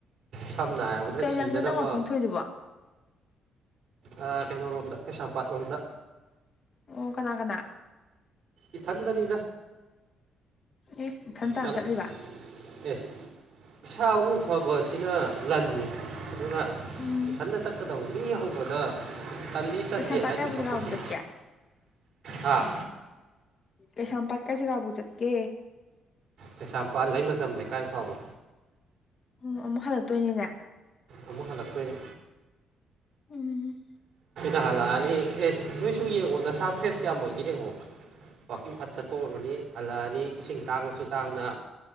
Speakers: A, on the right; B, on the left.
A: ꯁꯝꯅ ꯍꯥꯏꯔꯕꯗ
B: ꯀꯩ
A: ꯁꯤꯗꯅꯕ
B: ꯂꯝꯗꯅꯣ ꯋꯥꯛꯀꯤꯡ ꯊꯣꯛꯏꯗꯨꯕꯣ
A: ꯑꯥ ꯀꯩꯅꯣ ꯂꯣꯝꯗ ꯀꯩꯁꯥꯝꯄꯥꯠꯂꯣꯝꯗ
B: ꯑꯣ ꯀꯅꯥ ꯀꯅꯥ
A: ꯏꯊꯟꯗꯅꯤꯗ
B: ꯑꯦ ꯏꯊꯟꯇꯥꯅ
A: ꯀꯅ
B: ꯆꯠꯂꯤꯕ
A: ꯑꯦ ꯏꯁꯥ ꯏꯎ ꯐꯕꯁꯤꯅ ꯂꯟꯅꯤ ꯑꯗꯨꯅ
B: ꯎꯝ
A: ꯏꯊꯟꯗ ꯆꯠꯀꯗꯧꯅꯤ ꯃꯤ ꯍꯧꯕꯗ ꯇꯜꯂꯤ ꯇꯟꯗꯦ
B: ꯀꯩꯁꯥꯝꯄꯥꯠ
A: ꯍꯥꯏꯗꯨꯏ
B: ꯀꯥꯏꯕꯨ
A: ꯁꯦꯛꯄꯨꯗꯤ
B: ꯖꯒꯥꯕꯨ ꯆꯠꯀꯦ
A: ꯍꯥꯥ
B: ꯀꯩꯁꯥꯝꯄꯥꯠ ꯀꯥꯏ ꯖꯒꯥꯕꯨ ꯆꯠ ꯀꯦ
A: ꯀꯩꯁꯥꯝꯄꯥꯠ ꯂꯩꯃꯖꯝ ꯂꯩꯀꯥꯏ ꯐꯥꯎꯕ
B: ꯎꯝ ꯑꯃꯨꯛ ꯍꯜꯂꯛꯇꯣꯏꯅꯤꯅꯦ
A: ꯑꯃꯨꯛ ꯍꯜꯂꯛꯇꯣꯏꯅꯤ
B: ꯎꯝ
A: ꯍꯥꯜꯂꯛꯑꯅꯤ ꯑꯦꯁ ꯅꯣꯏꯁꯨ ꯌꯦꯡꯉꯣ ꯅꯁꯥ ꯐ꯭ꯔꯦꯁ ꯀꯌꯥꯝ ꯑꯣꯏꯒꯦ ꯌꯦꯡꯉꯣ ꯋꯥꯛꯀꯤꯡ ꯐꯠ ꯆꯠꯊꯣꯛꯎꯔꯅꯤ ꯍꯜꯂꯛꯑꯅꯤ ꯏꯁꯤꯡ ꯇꯥꯡꯉꯁꯨ ꯇꯥꯡꯅ